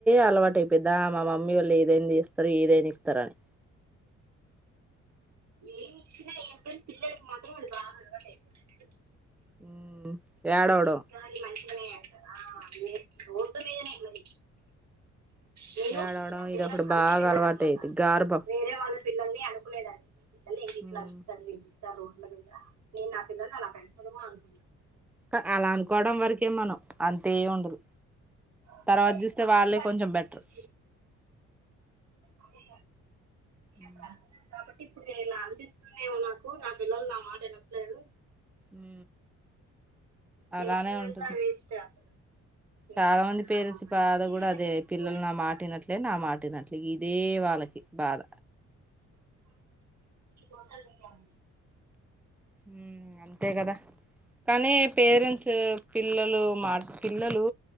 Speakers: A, in the centre; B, on the right (about 60°).
A: అలవాటు అయిపోద్దా మా మమ్మీ వాళ్ళు ఏదైనా తీస్తారు ఏదనా ఇస్తారని
B: ఏమి ఇచ్చినా ఏం <unintelligible> పిల్లలకు మాత్రం అది బాగా అలవాటు అయిపోయింది
A: ఊ ఏడవడం
B: ఒకసారి మంచిగానే అంట ఆ రోడ్డు మీదనే మరి నేను
A: ఏడవడం
B: పిల్లలు లేనప్పుడు
A: ఇదొకటి
B: అనుకునేదాన్ని
A: బాగా అలవాటైది
B: అనమాట
A: గారాబం
B: వేరే వాళ్ళ పిల్లల్ని అనుకునేదాన్ని మళ్ళీ ఇలా
A: హ్మ్.
B: అరుస్తుంది ఎందని ఇలా రోడ్ల మీద నేను నా పిల్లలని అలా పెంచను కూడా అనుకున్నాను
A: అ అలా అనుకోవడం వరకే మనం అంతేం ఉండదు
B: అదే
A: తర్వాత చూస్తే
B: నాకు
A: వాళ్ళే
B: అనిపించింది
A: కొంచెం బెటర్
B: అదే
A: ఊ
B: అప్పుడు అనుకున్నాను కాబట్టి అంటే ఇపుడు నేను ఇలా అలోచిస్తుందేమో నాకు నా పిల్లలు నా మాట వినట్లేదు
A: ఊ
B: చేసిందంతా
A: అలానే ఉంటుంది
B: వేస్ట్ అసలు వీళ్ళకంతా
A: చాలా మంది పేరెంట్స్
B: మంచిగా
A: బాధ కూడా
B: చెప్పుకుంటూ
A: అదే పిల్లలు
B: వెళ్తున్నా
A: నా మాట ఇనట్లే నా మాట ఇనట్లే ఈ దే వాళ్ళకి బాధ
B: ఒకలికి అండి
A: ఊ అంతే కదా కానీ పేరెంట్స్ పిల్లలు మాట్ పిల్లలు